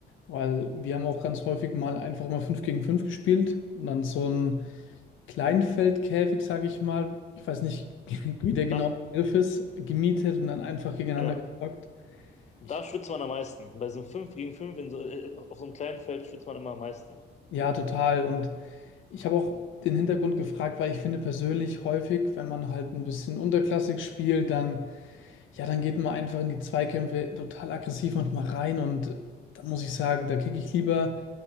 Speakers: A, on the left; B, on the left.
A: weil wir haben auch ganz häufig mal einfach immer 5 gegen 5 gespielt und dann so ein Kleinfeldkäfig, sage ich mal, ich weiß nicht, <laughs> wie der genaue
B: Da,
A: Begriff ist, gemietet und dann einfach gegeneinander
B: ja,
A: gezockt.
B: da
A: Ich,
B: schwitzt man am meisten. Bei so einem 5 gegen 5 in so, äh, auf so einem kleinen Feld schwitzt man immer am meisten.
A: ja, total. Und ich habe auch den Hintergrund gefragt, weil ich finde persönlich häufig, wenn man halt ein bisschen unterklassig spielt, dann Ja, dann geht man einfach in die Zweikämpfe total aggressiv manchmal rein und da muss ich sagen, da kicke ich lieber